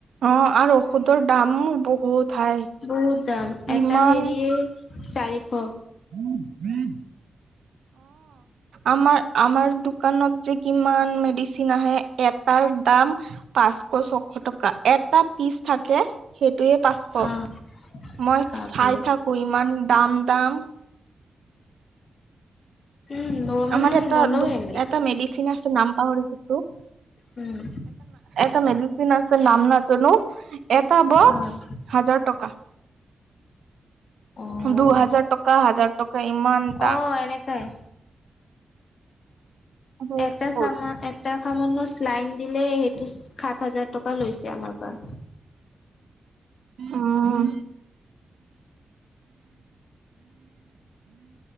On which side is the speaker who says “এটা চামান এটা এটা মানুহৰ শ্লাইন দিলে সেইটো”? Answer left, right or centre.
Left